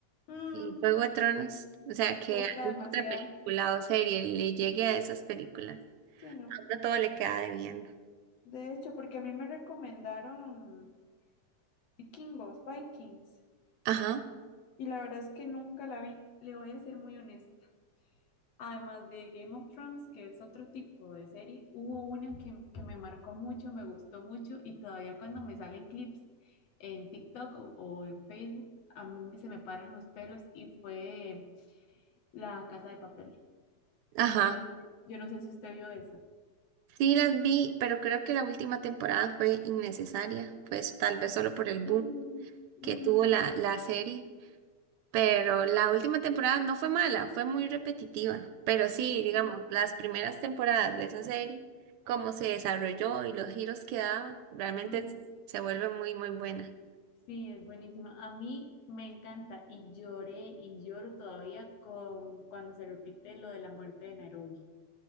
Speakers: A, on the left; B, on the right.
A: Mm,
B: eh, Juego de Tronos, o sea, que
A: cuesta
B: alguna
A: demasiado.
B: otra película o serie le llegue a esas películas, a
A: Sí, ¿no?
B: uno todo le queda debiendo.
A: De hecho, porque a mí me recomendaron Vikingos, Vikings.
B: Ajá,
A: Y la verdad es que nunca la vi, le voy a ser muy honesta. Además de Game of Thrones, que es otro tipo de serie, hubo una que, que me marcó mucho, me gustó mucho y todavía cuando me salen clips en TikTok o, o en Facebook, a mí se me paran los pelos y fue La Casa de Papel.
B: ajá.
A: Yo no, yo no sé si usted vio esa.
B: Sí las vi, pero creo que la última temporada fue innecesaria, pues tal vez solo por el boom.
A: Ujú,
B: que
A: ujú,
B: tuvo la, la serie, pero la última temporada no fue mala, fue muy repetitiva, pero sí, digamos,
A: sí,
B: las primeras temporadas de esa serie, cómo se desarrolló y los giros que daba, realmente
A: ujú.
B: es- se vuelve muy, muy buena.
A: Sí, es buenísima. A mí me encanta y lloré y lloro todavía con cuando se repite lo de la muerte de Nairobi.